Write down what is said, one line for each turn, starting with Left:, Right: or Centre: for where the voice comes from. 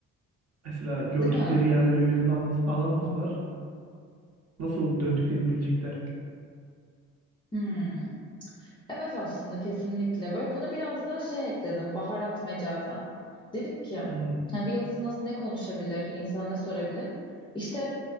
Right: Mesela gördükleri
Left: Değil mi?
Right: yerleri birbirlerine anlat anlatmasalar nasıl döndüklerini bilecekler.
Left: Hmm. Evet aslında kesinlikle. Böyle buna biraz da şey ekledim. Baharat mecazen. Dedim ki
Right: Hmm.
Left: "Ya bir yıldız nasıl ne konuşabilir? insan ne sorabilir? İşte